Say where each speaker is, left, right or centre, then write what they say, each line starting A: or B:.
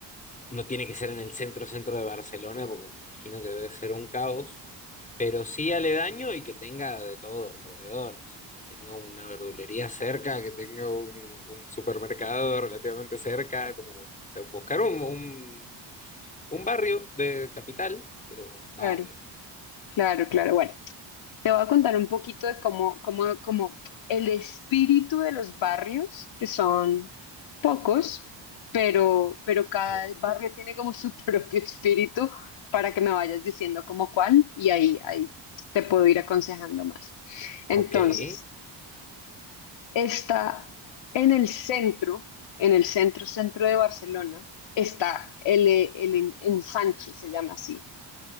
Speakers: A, on the left; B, on the left.
A: no tiene que ser en el centro centro de Barcelona, porque me imagino que debe ser un caos, pero sí aledaño y que tenga de todo alrededor, o sea, que tenga una verdulería cerca, que tenga un, un supermercado relativamente cerca, como eh, buscar un, un, un barrio de capital, pero un barrio.
B: Claro, claro, claro. Bueno, te voy a contar un poquito de cómo, cómo, cómo el espíritu de los barrios, que son pocos, pero, pero cada
A: Ok,
B: barrio tiene como su <laughs> propio espíritu para que me vayas diciendo como cuál y ahí, ahí te puedo ir aconsejando más. Entonces.
A: ok, el
B: Está en el centro, en el centro, centro de Barcelona, está el, eh, el en- ensanche, se llama así,